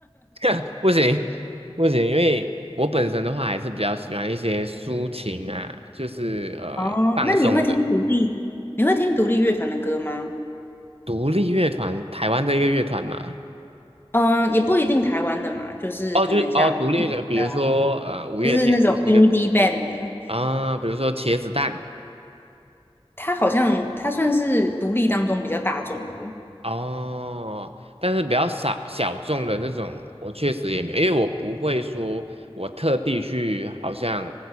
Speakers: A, on the right (about 70°); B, on the left (about 20°).
A: <laughs> 不行，不行，因为我本身的话还是比较喜欢一些抒情啊，就是呃放松的
B: 哦，那你会听独立，你会听独立乐团的歌吗？
A: 独立乐团，台湾的一个乐团嘛，
B: 嗯、呃也不一定台湾的嘛，就是可能像，
A: 哦，就是哦，
B: 日本的啊，
A: 独立的，比如说呃，五月天就是那个独立
B: 就是那种 indie band 的，
A: 啊，比如说茄子蛋
B: 它好像它算是独立当中比较大众的了。
A: 哦，但是比较少小众的那种，我确实也没有，因为我不会说我特地去好像